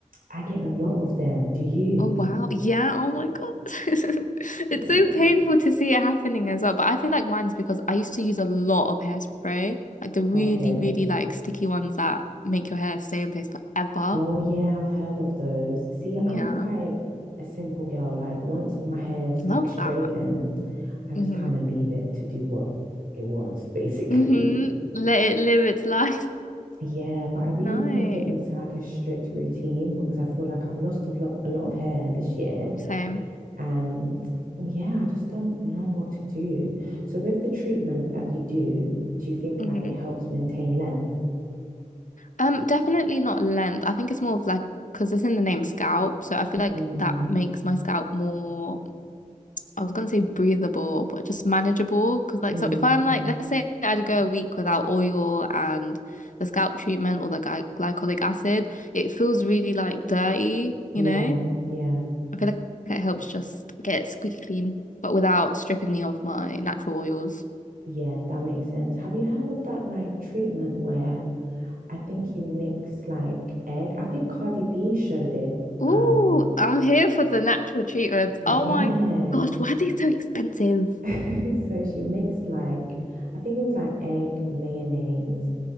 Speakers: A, on the right (about 85°); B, on the left (about 65°).
A: I get a lot of them. Do you?
B: Oh wow. Yeah. Oh my God. <laughs>
A: Yeah.
B: It's so painful to see it happening as well. But I feel like mine's because I used to use a lot of hairspray, like the really,
A: Okay.
B: really like sticky ones that make your hair stay in place forever.
A: Oh yeah, I've heard of those. See,
B: Yeah.
A: I'm quite a simple girl. Like once my hair's
B: Love
A: like straightened,
B: that.
A: I just
B: Mm-hmm.
A: kind of leave it to do what it wants, <laughs> basically.
B: Mm-hmm. Let it live its life. <laughs>
A: Yeah, but I really
B: Nice.
A: want to get into like a strict routine because I feel like I've lost a lot, a lot of hair this year.
B: Same.
A: And yeah, I just don't know what to do. So with the treatment that you do, do you think
B: Mm-hmm.
A: like it helps maintain length?
B: Um, definitely not length. I think it's more of like because it's in the name scalp, so I feel like
A: Mm,
B: that makes my scalp more I was gonna say breathable, but just manageable. Because like,
A: mm,
B: so if I'm like, let's say I'd go a week without oil and the scalp treatment or the gly glycolic acid, it feels really like dirty, you
A: yeah,
B: know?
A: yeah,
B: I feel like it helps just get it squeaky clean, but without stripping me of my natural oils.
A: yeah, that makes sense. Have you heard of that like treatment where I think you mix like egg? I think Cardi B showed it.
B: Ooh,
A: Um,
B: I'm here for the natural treatments.
A: yeah.
B: Oh my gosh, why are they so expensive?
A: <laughs> So she mixed like I think it was like egg, mayonnaise,